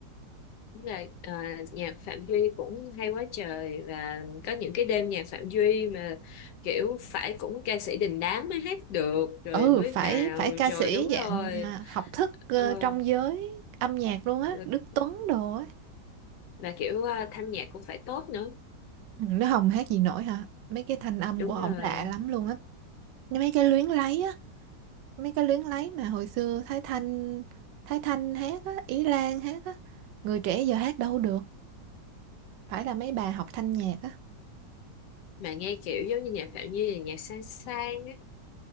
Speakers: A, on the left (about 75°); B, on the right (about 85°).
A: đúng rồi. Ờ, nhạc Phạm Duy cũng hay quá trời và có những cái đêm nhạc Phạm Duy mà kiểu phải cũng ca sĩ đình đám mới hát được rồi
B: Ừ,
A: mới
B: phải
A: vào
B: phải ca
A: rồi
B: sĩ
A: đúng rồi
B: dạng à, học thức
A: ờ,
B: ờ, trong giới âm nhạc luôn á,
A: rồi-
B: Đức Tuấn đồ á.
A: và kiểu à, thanh nhạc cũng phải tốt nữa
B: Ừ, Nó không hát gì nổi hả? Mấy cái thanh âm
A: đúng
B: của ổng
A: rồi
B: lạ lắm luôn á. Mấy cái luyến lấy á. mấy cái luyến lấy mà hồi xưa Thái Thanh Thái Thanh hát á Ý Lan hát á người trẻ giờ hát đâu được phải là mấy bà học thanh nhạc á
A: mà nghe kiểu giống như nhạc Phạm Duy là nhạc sang sang á